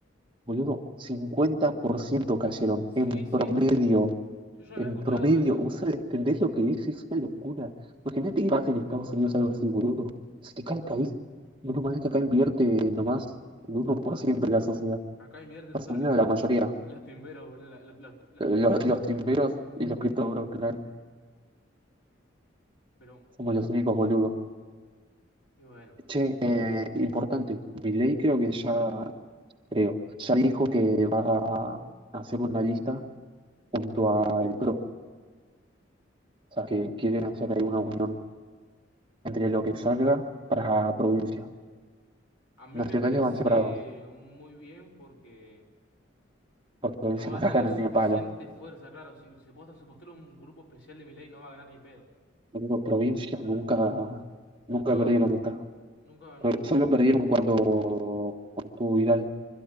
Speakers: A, on the right; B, on the left.
A: boludo, 50% cayeron
B: Sí,
A: en
B: sí,
A: promedio.
B: sí. Yo ya había
A: En
B: escuchado
A: promedio,
B: eso.
A: ¿vos sabés- entendés lo que es? Es una locura. Imagínate que pasa en Estados Unidos algo así, boludo. Se te cae el país. Menos mal que acá invierte nomás el uno por ciento de la sociedad.
B: Acá invierte
A: Estados
B: todos
A: Unidos,
B: los,
A: la
B: los-
A: mayoría.
B: los timberos, boludo, la- los, los, ti- los
A: Los,
B: timberos.
A: los timberos y los criptoburos, claro.
B: Pero,
A: Somos los únicos boludos.
B: y bueno,
A: Che, eh, importante, Milei creo que ya creo. Ya dijo que va a hacer una lista junto a el PRO, o sea, que quieren hacer ahí una unión entre lo que salga para provincia.
B: a mí
A: Nacionales
B: me parece
A: van separados,
B: muy bien porque
A: porque provincia
B: no va
A: no
B: a
A: la
B: tener
A: ganan
B: suficiente
A: ni a palo.
B: fuerza, claro. Si se postula, se postula un grupo especial de Milei, no va a ganar ni pedo.
A: Digo, provincia nunca, nunca
B: No,
A: perdieron acá.
B: nunca ganó
A: Pero Solo
B: no.
A: perdieron cuando, cuando estuvo Vidal.